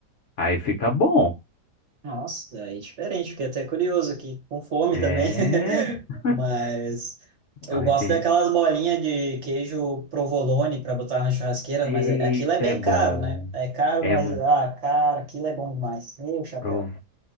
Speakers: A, on the left; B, on the right.
A: Aí fica bom.
B: Nossa, é diferente, fiquei até curioso aqui, com fome
A: É.
B: também. <laughs>
A: <laughs>
B: Mas eu
A: Aí
B: gosto
A: tem
B: daquelas
A: gente.
B: bolinhas de queijo provolone para botar na churrasqueira,
A: Eita,
B: mas é- aquilo é bem
A: é bom.
B: caro, né? É caro,
A: É
B: mas ah, cara, aquilo é bom demais. Meu chapéu.
A: um.